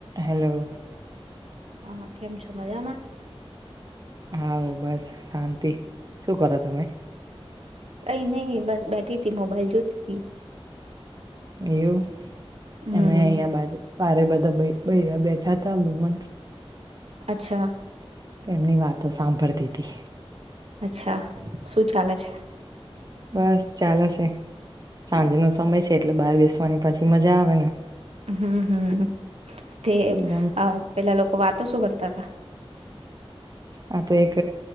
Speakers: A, on the right; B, on the right.
A: Hello.
B: હા, કેમ છો મજામાં?
A: હા બસ શાંતિ. શું કરો તમે?
B: કઈ નહી બસ બેઠી થી. મોબાઈલ જોતી થી.
A: એવું
B: હમ
A: અમે અહીંયા બાજુ પારે બધો ભે ભ બેઠા થા વુમનસ
B: અચ્છા.
A: તો એમની વાતો સાંભળતી તી
B: અચ્છા શું ચાલે છે
A: બસ ચાલે છે. સાંજ નો સમય છે, એટલે બહાર બેસવાની પાછી મજા આવે ને
B: હમ્મ હમ્મ તે
A: એ બધા
B: અ પેલા લોકો વાતો શું કરતા હતા?
A: આ તો એક